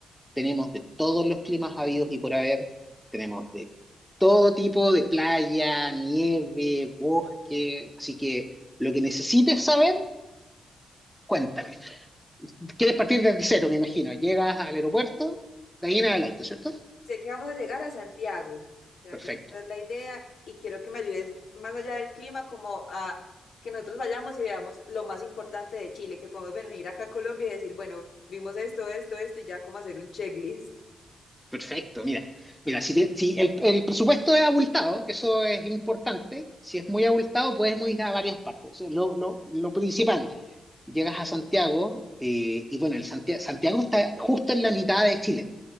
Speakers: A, in the centre; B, on the left (about 70°).
A: tenemos de todos los climas habidos y por haber, tenemos de todo tipo de playa, nieve, bosque, así que lo que necesites saber, cuéntame. Quieres partir desde cero, me imagino. Llegas al aeropuerto, de ahí en adelante, ¿cierto?
B: sé que vamos a llegar a Santiago, o sea,
A: Perfecto.
B: sé que esa es la idea y quiero que me ayudes más allá del clima, como a que nosotros vayamos y veamos lo más importante de Chile, que podemos venir acá a Colombia y decir, bueno, vimos esto, esto, esto y ya como hacer un checklist.
A: Perfecto, mira, mira, si, te- si el, el presupuesto es abultado, que eso es importante, si es muy abultado, podemos ir a varias partes. O sea, lo, lo- lo principal, llegas a Santiago, eh, y bueno, el Santia- Santiago, está justo en la mitad de Chile.